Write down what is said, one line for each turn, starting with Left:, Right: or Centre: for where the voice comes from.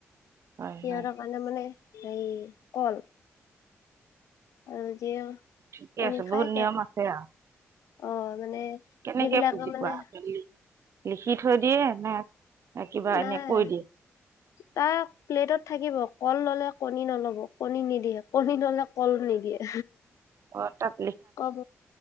Right: হয়
Left: সহৰ
Right: হয়
Left: কাৰানে মানে এই কল আৰু যিয়
Right: ঠিকে
Left: কণী
Right: আছে
Left: খায়
Right: বহুত
Left: সিহঁত
Right: নিয়ম আছে
Left: আহ
Right: আৰু
Left: মানে
Right: কেনেকে
Left: যিবিলাকে
Right: বুজি
Left: মানে
Right: পোৱা লিখি থৈ দিয়ে নে? কিবা
Left: নাই
Right: এনে কৈ দিয়ে
Left: তাক প্লেটত থাকিব। কল ললে কণী নল'ব কণী নিদিয়ে, কণী ললে কল নিদিয়ে।
Right: অ তাক
Left: কব